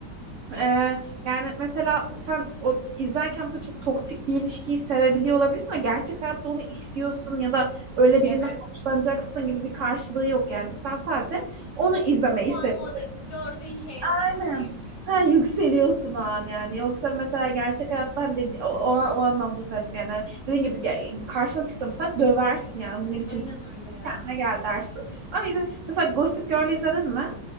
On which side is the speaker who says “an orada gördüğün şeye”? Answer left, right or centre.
Left